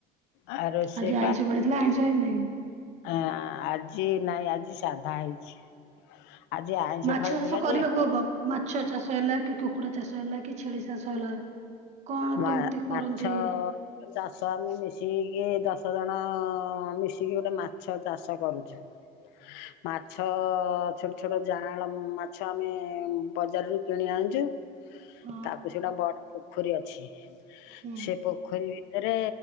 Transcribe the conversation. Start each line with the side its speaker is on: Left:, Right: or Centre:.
Left: ଆଉ ରୋଷେଇ
Right: ଆଜି ଆଇଁଷ ପାଳିଥିଲା ଆଇଁଷ ହେଇନି?
Left: ହଁ ଆଜି ନାଇଁ ଆଜି ସାଧା ହେଇଛି। ଆଜି ଆଇଁଷ
Right: ମାଛ
Left: ଫଳିଥିଲା
Right: ଚାଷ କରିବାକୁ
Left: ଯେ
Right: ହବ ମାଛ ଚାଷ ହେଲା କି କୁକୁଡା ଚାଷ ହେଲା କି ଛେଳି ଚାଷ ହେଲା କଣ
Left: ମା
Right: କେମିତି
Left: ମାଛ
Right: କରନ୍ତି?
Left: ଚାଷ ଆମେ ମିଶିକି ଯେ ଦଶ ଜଣ ମିଶିକି ଗୋଟେ ମାଛ ଚାଷ କରୁଛୁ। ମାଛ ଛୋଟ ଛୋଟ ଜାଆଁଳ ଉଁ ମାଛ ଆମେ ବଜାରରୁୁ କିଣି ଆଣୁଛୁ।
Right: ହଁ।
Left: ତାକୁ ସେଟା ବଡ ପୋଖରୀ ଅଛି,
Right: ହୁଁ
Left: ସେ ପୋଖରୀ ରେ